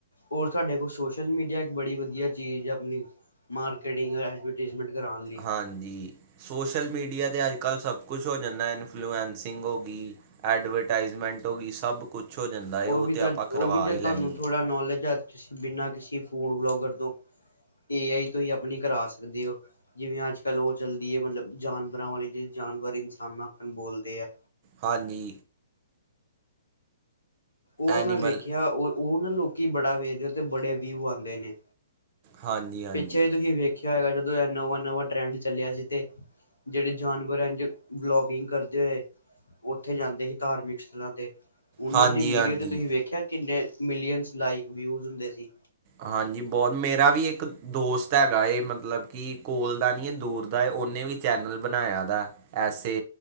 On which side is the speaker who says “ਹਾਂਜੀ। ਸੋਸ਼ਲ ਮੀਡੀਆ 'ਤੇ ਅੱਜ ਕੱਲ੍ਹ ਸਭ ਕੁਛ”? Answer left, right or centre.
Right